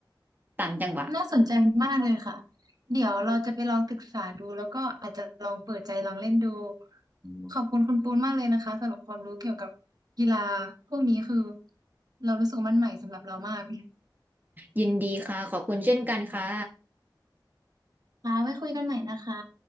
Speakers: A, on the right (about 25°); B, on the right (about 55°).
A: ตามจังหวะ
B: น่าสนใจมากเลยค่ะเดี๋ยวเราจะไปลองศึกษาดูแล้วก็อาจจะลองเปิดใจลองเล่นดู
A: อืม
B: ขอบคุณคุณปูนมากเลยนะคะสำหรับความรู้เกี่ยวกับกีฬาพวกนี้คือเรารู้สึกว่ามันใหม่สำหรับเรามาก
A: ยินดีค่ะขอบคุณเช่นกันค่ะ
B: ค่ะไว้คุยกันใหม่นะคะ